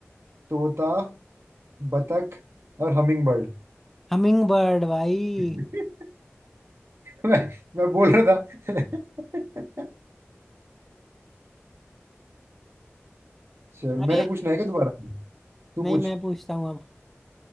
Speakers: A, on the right (about 65°); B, in the centre.
A: तोता बतख और हमिंग बर्ड
B: हमिंग बर्ड भाई
A: <laughs> मैं मैं बोल रहा था <laughs> चल
B: अरे
A: मैंने पूछना है क्या दोबारा तू
B: नहीं
A: पूछ
B: मैं पूछता हूँ अब